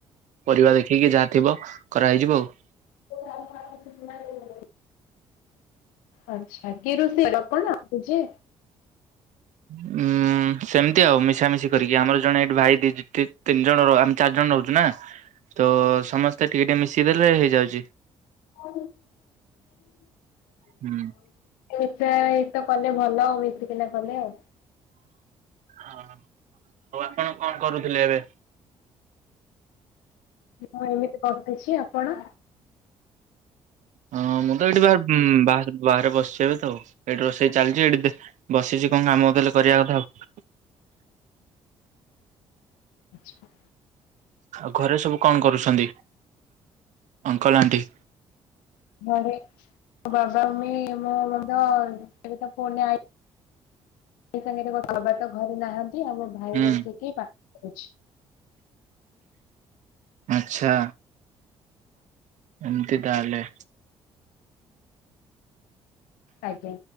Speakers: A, on the right; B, on the left.
A: ପରିବା ଦେଖିକି ଯାହା ଥିବ। କରାହେଇଯିବ ଆଉ।
B: <unintelligible> ଆଛା, କି ରୋଷେଇ ଆପଣ ନିଜେ।
A: ଉଁ। ହୁଁ ସେମିତି ଆଉ ମିଶାମିଶି କରିକି ଆମର ଜଣେ ଏଠି ଭାଇ ଦି-ତି-ତିନି ଜଣ ର ଆମେ ଚାର୍ ଜଣ ରହୁଚୁ ନା।
B: <inaudible>
A: ତ ସମସ୍ତେ ଟିକେ ଟିକେ ମିଶିଦେଲେ ହେଇଯାଉଚି।
B: <unintelligible>
A: ହୁଁ।
B: ଏଇଟା ଏଇତ କଲେ ଭଲ ଆଉ ମିଶିକିନା କଲେ ଆଉ।
A: ହଁ ଆଉ ଆପଣ କଣ କରୁଥିଲେ ଏବେ?
B: ମୁଁ ଏମିତି ବସିଛି ଆପଣ?
A: ହଁ ମୁଁ ତ ଏଇଟି <unintelligible> ଉଁ ବାହାର ବାହାରେ ବସିଚି ଏବେତ ଏଇଠି ରୋଷେଇ ଚାଲିଚି ଏଇଠି ଦେ ବସିଛି କଣ କାମ ଦେଲେ କରିବା କଥା ଆଉ।
B: ହ ଆଚ୍ଛା।
A: ଆଉ ଘରେ ସବୁ କଣ କରୁଛନ୍ତି, ଅଙ୍କଲ ଆଣ୍ଟି?
B: ଘରେ ବାବା ମମି <unintelligible> ଏବେ ତ ଫୋନ୍ ରେ ଆଇ <unintelligible> ବାବା ତ ଘରେ ନାହାନ୍ତି ଆଉ ମୋ ଭାଇ
A: ହୁଁ
B: ବସିକି ପାଠ ପଢୁଛି।
A: ଆଛା। ଏମତି ତାହେଲେ।
B: ଆଜ୍ଞା।